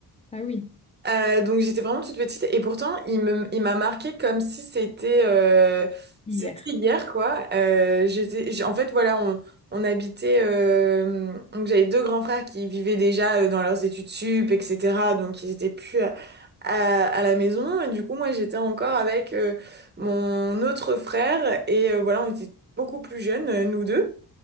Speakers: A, on the left (about 15°); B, on the right (about 25°).
A: Ah oui,
B: Euh, donc j'étais vraiment toute petite et pourtant il me, il m'a marqué comme si c'était euh,
A: hier.
B: c'était hier quoi. Euh, j'étais, j'- en fait voilà on, on habitait euh, donc j'avais deux grands frères qui vivaient déjà euh, dans leurs études sup etc. Donc ils étaient plus à, à, à la maison et du coup moi j'étais encore avec euh, mon autre frère et euh, voilà on était beaucoup plus jeunes euh, nous deux.